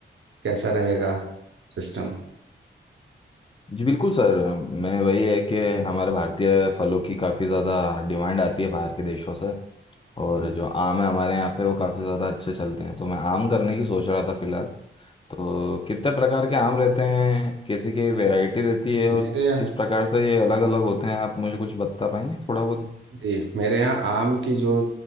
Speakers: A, on the right (about 75°); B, on the left (about 25°).
A: कैसा रहेगा सिस्टम
B: जी बिल्कुल सर मैं वही है कि हमारे भारतीय फलों की काफ़ी ज़्यादा डिमांड आती है बाहर के देशों से और
A: हम्म,
B: जो आम है हमारे यहाँ पे वो काफ़ी ज़्यादा अच्छे चलते हैं तो मैं आम करने की सोच रहा था फिलहाल तो कितने प्रकार के आम रहते हैं कैसी की वैरायटी रहती है
A: मेरे
B: और
A: यहाँ
B: किस प्रकार से ये अलग अलग होते हैं आप मुझे कुछ बता पाएंगे थोड़ा बहुत
A: जी मेरे यहाँ आम की जो